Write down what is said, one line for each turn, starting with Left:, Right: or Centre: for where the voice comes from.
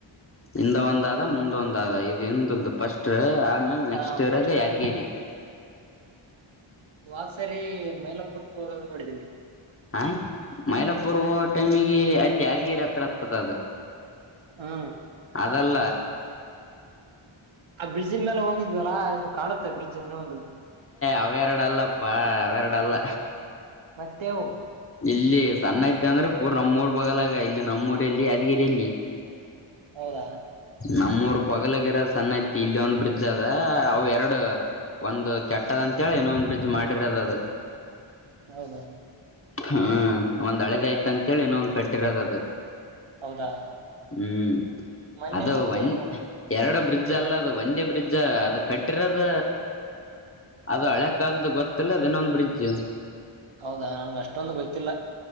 Left: ಇಿಂದ ಒಂದಾದ ಮುಂದ ಒಂದ ಆದ ಇದು ಎಂದ ಇಲ್ದು ಫಸ್ಟ್ ಆಮೇಲೆ ನೆಕ್ಸ್ಟ್
Right: ಹಾ
Left: ಇರೋದು
Right: ಫಸ್ಟ್
Left: ಯಾದಗಿರಿ
Right: ಬ್ರಿಡ್ಜ್ ವಾಗಸರಿ ಮೈಲಪುರ್ಕ್ ಹೋೋಗದ ನೋಡಿದೀಿ
Left: ಹಾ ಮೈಲಾಪುರ್ ಹೋಗ ಟೈಮಿಗೆ ಅಲ್ಲಿ ಯಾದಗೇರಿ ಹತ್ರ ಆಗ್ತದ ಅದು
Right: ಹಾ
Left: ಅದಲ್ಲ
Right: ಆ ಬ್ರಿಡ್ಜಿನ ಮೇಲೆ ಹೋಗಿದ್ವಲ್ಲ ಅದು ಕಾಣುತ್ತೆ ಬ್ರಿಡ್ಜ್ ಇನ್ನೊಂದು
Left: ಅವೇರೆಡ ಇಲ್ಲಪ್ಪ ಅವೇಾರಡ ಇಲ್ಲ
Right: ಮತ್ತೆ ಯಾವ
Left: ಇಲ್ಲಿ ಸಣ್ಣ ಐತೆ ಅಂದ್ರೆ ಪೂರ್ ನಮ್ಮೂಊರ್ ಬಗಲಗ ಇಲ್ಲಿ ನಮ್ಮೂಲ್ಲಿ ಯಾದಗಿರಿಯಲ್ಲಿ
Right: ಹೌದಾ
Left: ನಮ್ಮೂರ್ ಬಲಗಿರ ಸಣ್ಣ ಐತಿ ಇಲ್ಲಿ ಒಂದ್ ಬ್ರಿಡ್ಜ್ ಅದ ಅವವು ಎರಡು ಒಂದು್ ಕೆಟ್ಟದ ಅಂತೇಳಿ ಇನೊಂದ್ ಬ್ರಿಡ್ಜ್ ಮಾಡಿರೋದ ಅದು
Right: ಹೌದಾ
Left: ಹ್ಮ ಒಂದ್ ಹಳದ ಆಯ್ತ ಅಂತೇಳಿ ಇನ್ನೊ ಒಂದ್ ಕಟ್ಟಿರೋದ ಅದು
Right: ಹೌದಾ
Left: ಹ್ಮ್
Right: ಮೊನ್ನೆ
Left: ಅದು
Right: ಮತ್ತೆ
Left: ಒನ್ ಎರಡು ಬ್ರಿಡ್ಜ್ ಅಲ್ಲ ಅದು ಒಂದೇ ಬ್ರಿಡ್ಜ್ ಅದು ಕಟ್ಟಿರೋದ ಅದು ಹಳೆ ಕಾಲದ ಗೊತ್ತಿಲ್ಲದ ಇನ್ನೊಂದು ಬ್ರಿಡ್ಜ್
Right: ಹೌದಾ ನಂ ಅಷ್ಟೊಂದು ಗೊತ್ತಿಲ್ಲ